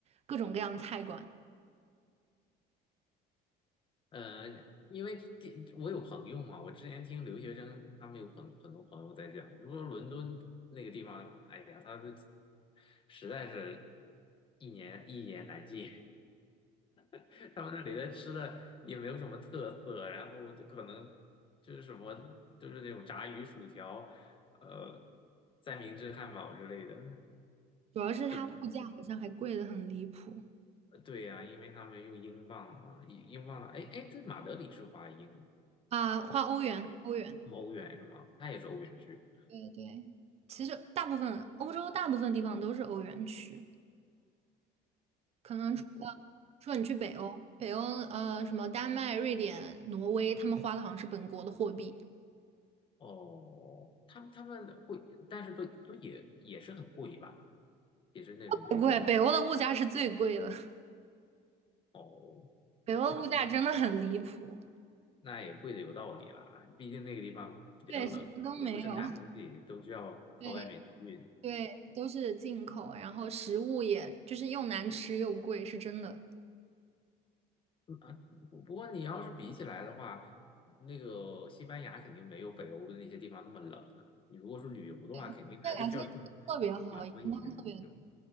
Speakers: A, on the right; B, on the left.
A: 各种各样的菜馆。
B: 呃，因为第我有朋友嘛，我之前听留学生他们有很很多朋友在讲，就说伦敦那个地方，哎呀，他的实在是一言一言难尽，<laughs> 他们那里的吃的也没有什么特色，然后就可能就是什么就是那种炸鱼薯条，呃，三明治汉堡之类的。
A: 主要是它物价好像还贵得很离谱
B: 可对呀、因为他们用英镑嘛，英英镑，哎哎，对，马德里是花英
A: 啊，花欧元，欧元。
B: 欧元是吗？它也是欧元区。
A: 对对，其实大部分欧洲大部分地方都是欧元区，可能除了除了你去北欧，北欧呃什么丹麦、瑞典、挪威，他们花的好像是本国的货币，
B: 哦，他们他们会，但是都都也也是很贵吧，也是那种就是
A: 不贵，北欧的物价是最贵的。
B: 哦，
A: 北欧物价真的很离谱，
B: <laughs> 那也贵的有道理啦，毕竟那个地方比较冷，
A: 对，什么都没有
B: 也不生产东西，
A: <laughs>，
B: 都需要靠外面去运。
A: 对对，都是进口，然后食物也就是又难吃又贵，是真的。
B: 嗯啊，不不过你要是比起来的话，那个西班牙肯定没有北欧的那些地方那么冷啊。你如果是旅游的话，
A: 对，
B: 肯定还是需要去
A: 这两天特别好，
B: 暖和一点的地方，
A: 阳光特别，